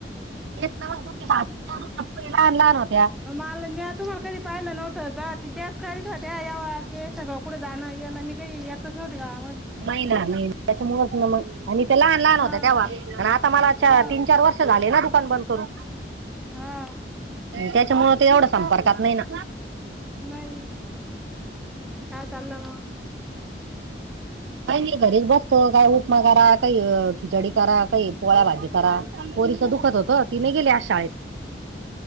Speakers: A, on the right; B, in the centre.
A: इतना ना मग दोन दिवस थांब लहान लहान होत्या
B: माल म्या तुम्हाला कधी पाहिलं नव्हतं, जा आतीच त्याच करीत होत्या व्यववार ते सगळं कुठ जाणं येणं मी काही येतच नव्हते, गावामधी
A: नाही ना नाही, त्याच्यामुळेच मग आणि ते लहान लहान
B: हा
A: होत्या, तेव्हा पण आता मला तीन
B: हा
A: चार वर्ष वर्ष झाले ना दुकान बंद करून
B: हा.
A: त्याच्यामूळ ते एवढ संपर्कात नाही ना.
B: नाही काय चाललं मग?
A: काय मी घरीच बसतो काही उपमा करा काही खिचडी करा काही, पोळ्या भाजी करा पोरीच दुखत होत ति नाई गेली आज शाळेत.